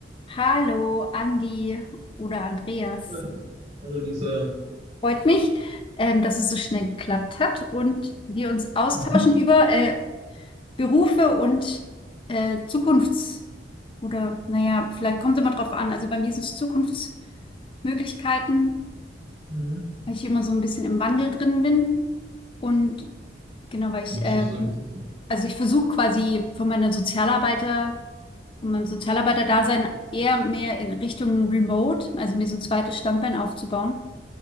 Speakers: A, on the left (about 30°); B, on the right (about 40°).
A: Hallo, Andi oder Andreas.
B: Hallo, hallo Lisa.
A: Freut mich, ähm, dass es so schnell geklappt hat und wir uns austauschen
B: Mhm.
A: über äh, Berufe und äh, Zukunfts- oder naja, vielleicht kommt es immer drauf an. Also bei mir sind es Zukunftsmöglichkeiten.
B: Mhm.
A: weil ich immer so ein bisschen im Wandel drin bin. Und genau, weil ich,
B: Und Was
A: äh,
B: hast du denn bis jetzt gemacht?
A: also ich versuche quasi von meiner Sozialarbeiter, von meinem Sozialarbeiter-Dasein eher mehr in Richtung Remote, also mir so ein zweites Standbein aufzubauen,